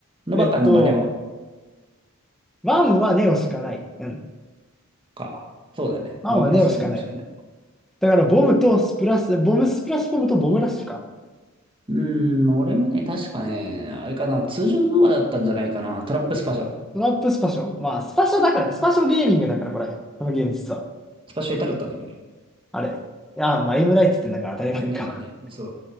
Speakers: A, on the right (about 25°); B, in the centre.
A: ノバかノバネオ
B: えっと、ワンはネオしかない。うん。
A: か。そうだね。
B: ワンはネオしかないね。
A: ノバブラスはネオしかない。
B: だからボムとスプラッシュ、ボムスプラッシュボムとボムラッシュか。
A: うーん、俺もね、確かね、あれかな、通常のノバだったんじゃないかな。トラップスパシャを。
B: トラップスパショ。まあ、スパショだからね。スパショゲーミングだから、これ。このゲーム実は。
A: スパシャいただったんだけどね。
B: あれ。いや、まあ、エムライって言ってんだから当たり前か。
A: 胸がね、そ